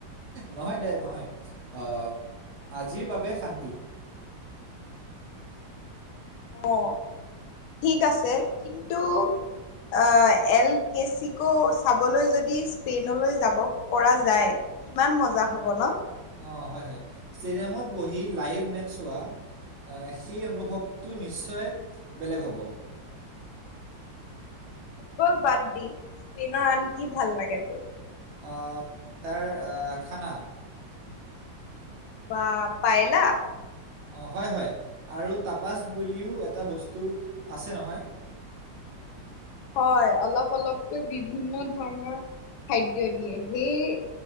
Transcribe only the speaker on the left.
অ', ঠিক আছে। কিন্তু আহ এল কেচিকো চাবলৈ যদি স্পেইনলৈ যাব পৰা যায়। কিমান মজা হ'ব ন?
ফুটবল বাদ দি স্পেইনৰ আন কি ভাল লাগে তোৰ?
বা পাইলা?
হয়, অলপ অলপকৈ বিভিন্ন ধৰণৰ খাদ্য দিয়ে। সেই